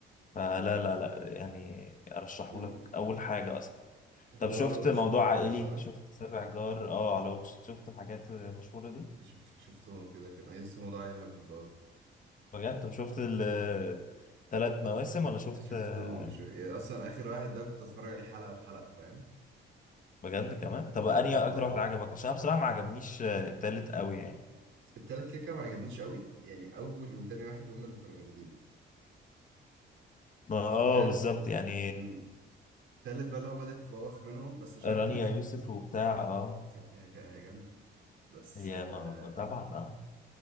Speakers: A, on the left (about 40°); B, on the right (about 75°).
A: فلا لا لا يعني أرشحه
B: نم-
A: لك أول حاجة أصلا
B: هو
A: طب شفت
B: على واتش
A: موضوع
B: تقريبا
A: عائلي
B: صح
A: شفت سابع جار اه على واتش شفت الحاجات المشهورة دي
B: شفت شفتهم كده كده يس هو ده اللي انا بحبه قوي
A: بجد طب شفت الثلاث مواسم ولا شفت
B: شفتهم
A: آه،
B: شو... يعني اصلا اخر واحد ده كنت اتفرج عليه حلقه بحلقه فاهم
A: بجد كمان طب أنهي
B: اه
A: أكتر واحد عجبك عشان أنا بصراحة ما عجبنيش آه، التالت قوي يعني
B: التالت كده كده ما عجبنيش قوي يعني اول وتاني واحد هم اللي كانوا جامدين
A: ما اه
B: التال-
A: بالظبط يعني
B: مم. التالت بقى اللي هو بدأت تبوخ منهم بس عشان
A: رانيا
B: كده كده
A: يوسف
B: كنت
A: وبتاع اه
B: ك- هي هي جامدة بس
A: هي
B: آه،
A: ما طبعا اه